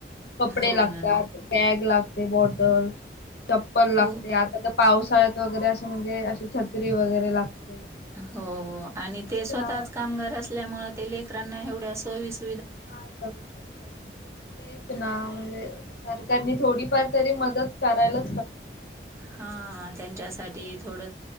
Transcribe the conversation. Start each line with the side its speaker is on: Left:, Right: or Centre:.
Left: कपडे
Right: हो
Left: लागतात,
Right: ना.
Left: बॅग लागते बॉटल, चप्पल
Right: खूप
Left: लागते, आता पावसाळ्यात वगैरे असे म्हणजे अशी छत्री वगैरे लागते.
Right: हो आणि
Left: तेच
Right: ते स्वतःच
Left: ना
Right: कामगार असल्यामुळे ते लेकरांना एवढ्या सवीस
Left: नाही करू शकत तेच ना म्हणजे सरकारनी थोडीफार तरी मदत करायला.
Right: हा त्यांच्यासाठी थोड